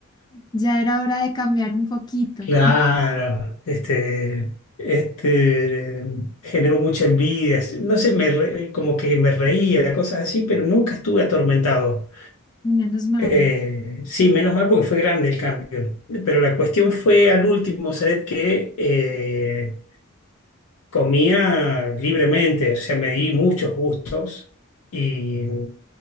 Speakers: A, on the left; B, on the left.
A: ya era hora de cambiar un poquito.
B: Claro, este, este, eh, generó mucha envidia. No sé, me re- como que me reía, cosas así, pero nunca estuve atormentado.
A: Menos mal.
B: Eh, sí, menos mal porque fue grande el cambio. Pero la cuestión fue al último, Saret, que eh, comía libremente, o sea, me di muchos gustos y